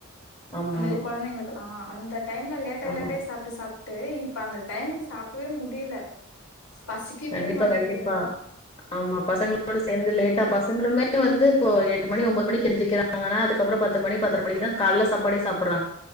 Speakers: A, on the left; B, on the left.
A: ஆமா
B: அந்த கொழந்தைங்களுக்கெல்லா அந்த டைம்ல லேட்டாயி
A: ஆமா
B: லேட்டாயி சாப்ட்டு சாப் ட்டு இப்ப அந்த டைமுக்கு சாப்பிடவே முடியல பசிக்கவே
A: கண்டிப்பா
B: மாட்டேக்குது
A: கண்டிப்பா ஆமா பசங்களோட சேந்து லேட்டா ப சங்களுமே வந்து இப்போ எட்டு மணி ஒம்பது மணி எந்திரிக்கிறாங்கன்னா அதுக்கப்புறம் பத்து மணி பத்தரை மணிக்கு தா கால்ல சாப்பாடே சாப்பறாங்க